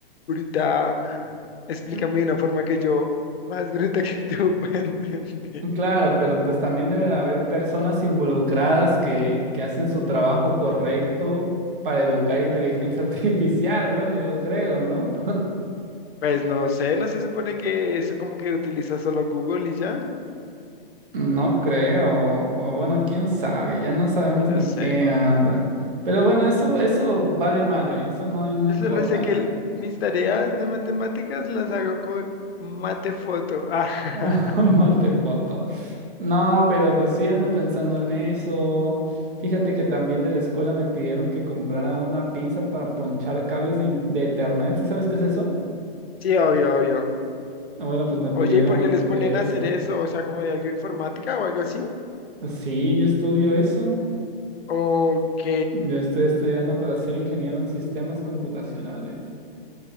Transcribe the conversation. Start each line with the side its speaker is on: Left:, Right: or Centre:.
Left: bruta, explícame
Right: mm,
Left: de una forma que yo, más bruta que tú, <laughs> pueda entender.
Right: claro, pero pues también deben haber personas involucradas que, que hacen su trabajo correcto para educar inteligencia <laughs> artificial, bueno, yo creo, ¿no?
Left: Pues no sé, no se supone que eso como que utiliza solo Google y ya.
Right: No creo, o bueno, quién sabe, ya no sabemos
Left: Y no
Right: ni
Left: sé.
Right: qué anda. Pero bueno, eso, eso vale madre, eso no, no
Left: Yo
Right: importa.
Left: solo sé que el- mis tareas de matemáticas las hago con Matefoto. <laughs>
Right: <laughs>
Left: Ah,
Right: Mate foto. No, pero pues sí ando pensando en eso. Fíjate que también de la escuela me pidieron que comprara una pinza para ponchar cables de, in- de internet. ¿Sí sabes qué es eso?
Left: sí, obvio, obvio.
Right: Ah, Bueno, pues me pidieron
Left: Oye, ¿y por qué les ponen
Right: de
Left: a
Right: eso.
Left: hacer eso? O sea, como de algo informática o algo así.
Right: Pues Sí, yo estudio eso.
Left: Ok.
Right: Yo estoy estudiando para ser ingeniero en sistemas computacionales.